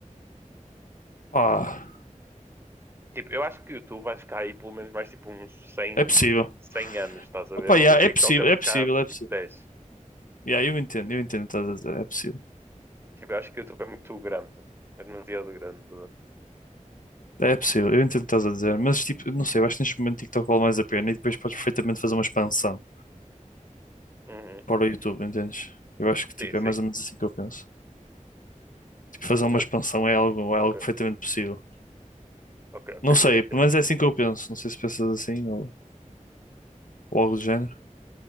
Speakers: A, on the left; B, on the right.
A: Pá,
B: Tipo, eu acho que o YouTube vai ficar aí pelo menos mais tipo uns cem
A: é possível.
B: cem anos, estás a
A: Opa,
B: ver? Eu não
A: yeah,
B: vejo
A: é
B: TikTok
A: possível,
B: a ficar
A: é possível, é possível.
B: tipo dez
A: Yeah, eu entendo, eu entendo o que estás a dizer, é possível.
B: Tipo, eu acho que o YouTube é muito grande. É demasiado grande.
A: É possível, eu entendo o que estás a dizer, mas tipo, não sei, eu acho que neste momento TikTok vale mais a pena e depois podes perfeitamente fazer uma expansão
B: Uhum.
A: para o YouTube, entendes? Eu acho que tipo,
B: Sim, sim.
A: é mais ou menos assim que eu penso. Tipo, fazer uma
B: Mas,
A: expansão é algo, é
B: ok,
A: algo perfeitamente possível.
B: ok, ok,
A: Não sei,
B: eu entendo.
A: pelo menos é assim que eu penso. Não sei se pensas assim ou, ou algo do género.